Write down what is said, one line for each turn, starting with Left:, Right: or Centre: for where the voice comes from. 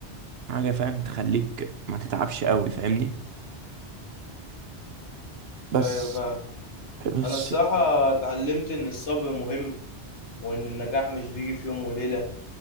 Right: حاجة فاهم تخليك ما تتعبش قوي فاهمني بس
Left: ايوه فاهم
Right: بس
Left: انا الصراحة اتعلمت ان الصبر مهم وان النجاح مش بيجي في يوم وليلة